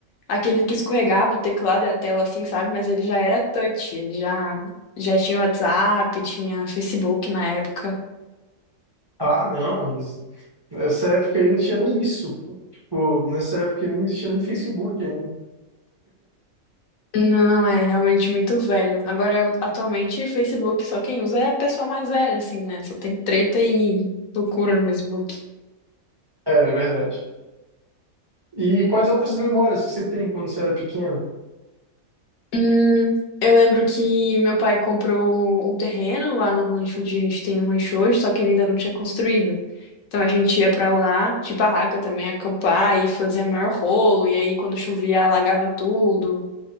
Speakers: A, on the left (about 75°); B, on the right (about 25°).
A: Aquele que escorregava o teclado e a tela, assim, sabe? Mas ele já era touch, ele já, já tinha WhatsApp, tinha Facebook na época.
B: Ah, não, mas nessa época aí não tinha nem isso. pô. Tipo, nessa época aí não existia nem Facebook ainda.
A: Não, é realmente muito velho. Agora, eu- atualmente, Facebook só quem usa é a pessoa mais velha, assim, né? Só tem treta e loucura no Facebook.
B: É, é verdade. E quais outras memórias que você tem quando você era pequeno?
A: Hum, eu lembro que meu pai comprou um um terreno lá no rancho onde a gente tem um rancho hoje, só que ele ainda não tinha construído. Então a gente ia pra lá de barraca também, acampar e fazer maior rolo. E aí quando chovia, alagava tudo.